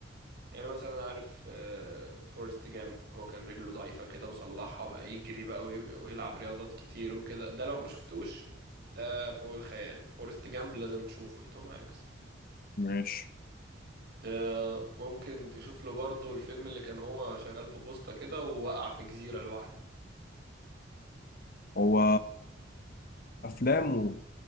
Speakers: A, on the right; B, on the left.
A: يعني مثلا عارف آه، فورست جامب هو كان رجله ضعيفة كده وصلحها وبقى يجري بقى وي- ويلعب رياضات كتير وكده ده لو ما شفتوش ده فوق الخيال فورست جامب لازم تشوفه لتوم هانكس
B: ماشي
A: آه، ممكن تشوف له برضه الفيلم اللي كان هو شغال في بوسطة كده ووقع في جزيرة لوحده
B: هو افلامه